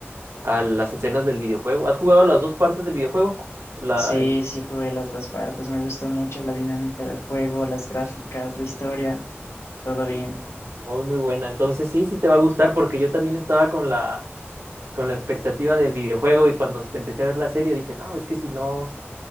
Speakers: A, on the right (about 75°); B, on the left (about 85°).
A: a las escenas del videojuego. ¿Has jugado las dos partes del videojuego? La,
B: Sí,
A: el-
B: sí jugué las dos partes, me gustó mucho la dinámica del juego, las gráficas, la historia, todo
A: sí,
B: bien.
A: muy muy buena. Entonces sí, sí te va a gustar porque yo también estaba con la con la expectativa del videojuego y cuando empecé a ver la serie dije, no, es que si no